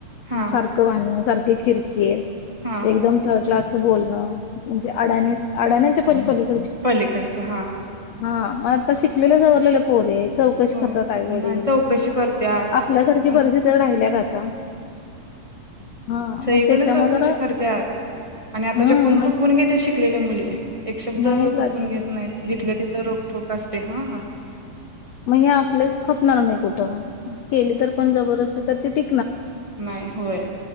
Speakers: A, on the right; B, on the left.
A: हा
B: सारख भांडण सार खी किरकिर --
A: हा
B: एकदम थड क्लासच बोलणं. म्हणजे अडाणीच अडाण्याच्या पण पली --
A: पलीकडच हा.
B: हा म आता शिकलेल्या सवरलेल्या पोरी हाईत. चौकशी
A: होय
B: कसतात आईवडील
A: नाही चौकशी करत्यात
B: आपल्यासारख ती
A: मग
B: परिथिती राहिल्या का आता? हा
A: सगळीकडण
B: मग त्याच्यामुळे
A: चौकशी
B: जरा
A: करत्यात आणि आताच्या
B: हम्म
A: कोण खपवुन घेत्यात शिकलेल्या मुली एक शब्द
B: नाहीच
A: खपवुन
B: अजिबात
A: घेत नाइत. जिथल्या तिथ रोकठोक अस -- ते हा हा
B: मये असले खपणार नाय कुठ केली तर पण जबरदस्ती तर ते ती
A: नाय होय